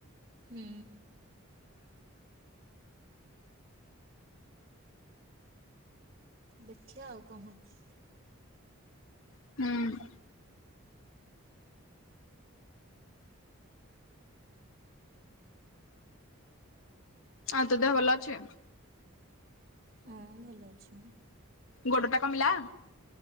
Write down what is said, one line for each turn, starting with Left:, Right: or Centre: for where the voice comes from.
Right: ହୁଁ। ଦେଖିଆ ଆଉ କଣ ହୋଉଚି।
Left: ହୁଁ। ଆଉ ତୋ ଦେହ ଭଲ ଅଛି?
Right: ହଁ ଭଲ ଅଛି ମୁଁ।
Left: ଗୋଡଟା କମିଲା।